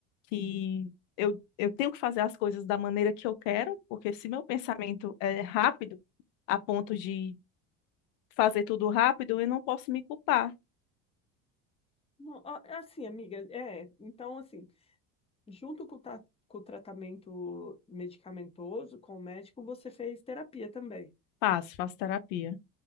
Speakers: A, on the left; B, on the left.
A: que eu, eu tenho que fazer as coisas da maneira que eu quero, porque se meu pensamento é rápido, a ponto de fazer tudo rápido, eu não posso me culpar.
B: Não, a- Assim, amiga, é. Então, assim, Junto com o, ta- com o tratamento medicamentoso, com o médico, você fez terapia também.
A: Faço, faço terapia.